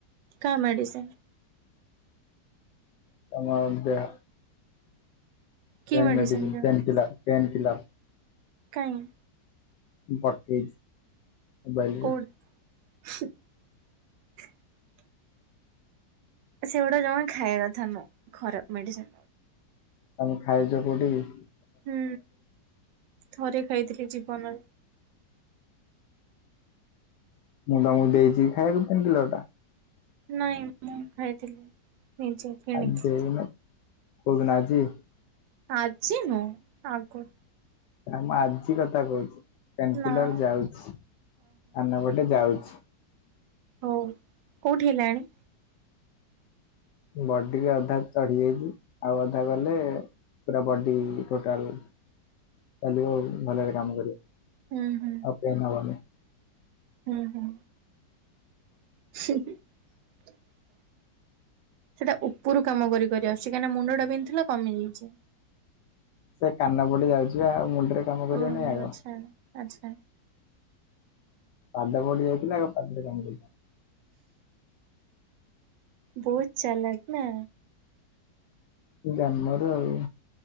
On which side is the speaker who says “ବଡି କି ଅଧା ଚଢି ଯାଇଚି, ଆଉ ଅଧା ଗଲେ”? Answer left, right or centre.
Left